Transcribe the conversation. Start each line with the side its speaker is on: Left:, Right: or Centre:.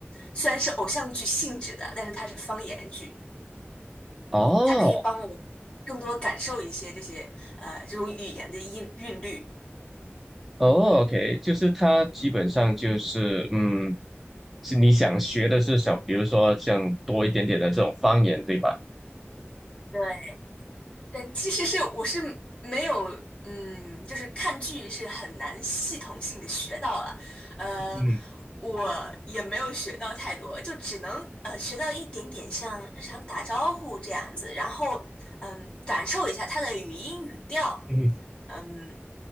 Left: 虽然是偶像剧性质的，但是它是方言剧，
Centre: 哦
Left: 它可以帮我更多感受一些这些呃这种语言的韵韵律。
Centre: 哦，OK，就是它基本上就是嗯，是你想学的是想，比如说像多一点点的这种方言，对吧？
Left: 对，但其实是我是没有，嗯，就是看剧是很难系统性的学到了，呃，
Centre: 嗯
Left: 我也没有学到太多，就只能呃学到一点点像日常打招呼这样子，然后嗯，感受一下它的语音语调，
Centre: 嗯
Left: 嗯，